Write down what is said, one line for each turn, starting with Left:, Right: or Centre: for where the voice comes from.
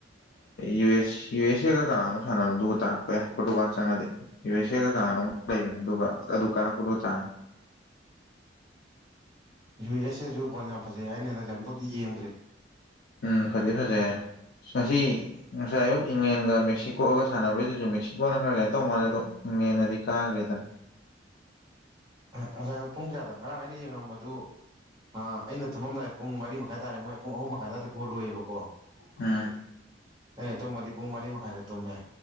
Left: ꯌꯨ ꯑꯦꯁ ꯌꯨ ꯑꯦꯁ ꯑꯦꯒ ꯀꯅꯥ ꯑꯃ ꯁꯥꯟꯅꯕꯗꯨꯒ ꯇꯥꯔꯛꯄ ꯌꯥꯏ ꯄꯣꯔꯇꯨꯒꯥꯜ ꯆꯪꯉꯗꯤ ꯌꯨ ꯑꯦꯁ ꯑꯦ ꯆꯦꯒ ꯀꯅꯥꯅꯣ ꯂꯩꯕꯅꯦ ꯑꯗꯨꯒ ꯑꯗꯨ ꯀꯥꯔꯛꯄꯗꯣ ꯇꯥꯅꯤ
Right: ꯌꯨ ꯑꯦꯁ ꯑꯦꯁꯨ ꯄꯣꯟ ꯌꯥꯝ ꯐꯖꯩ ꯍꯥꯏꯩꯅ ꯍꯟꯗꯛꯁ ꯑꯝꯇꯗꯤ ꯌꯦꯡꯗ꯭ꯔꯦ
Left: ꯎꯝ ꯐꯗꯤꯦ ꯐꯖꯦ ꯉꯁꯤ ꯉꯁꯥꯏ ꯑꯌꯨꯛ ꯏꯪꯂꯦꯟꯒ ꯃꯦꯛꯁꯤꯀꯣꯒ ꯁꯥꯟꯅꯕꯩꯗꯨꯁꯨ ꯃꯦꯛꯁꯤꯀꯣꯅ ꯈꯔ ꯀꯩꯅ ꯇꯧ ꯃꯥꯜꯂꯦꯗꯣ ꯅꯗꯤ ꯀꯥꯒꯋꯦꯗꯟ
Right: ꯉꯁꯥꯏ ꯑ ꯄꯨꯡ ꯀꯌꯥꯗ ꯉꯔꯥꯡ ꯑꯩꯅ ꯌꯦꯡꯉꯝꯕꯗꯨ ꯑ ꯑꯩꯅ ꯇꯨꯝꯃꯝꯗꯥꯏ ꯄꯨꯡ ꯃꯔꯤ ꯃꯈꯥꯏ ꯇꯥꯔꯦ ꯃꯣꯏ ꯄꯨꯡ ꯑꯍꯨꯝ ꯃꯈꯥꯏꯗꯗꯤ ꯄꯣꯜꯂꯨꯣꯏꯦꯕꯀꯣ
Left: ꯑꯝ
Right: ꯑ ꯇꯨꯝꯃꯗꯤ ꯄꯨꯡ ꯃꯔꯤ ꯃꯈꯥꯏꯅꯦ ꯇꯨꯝꯃꯦ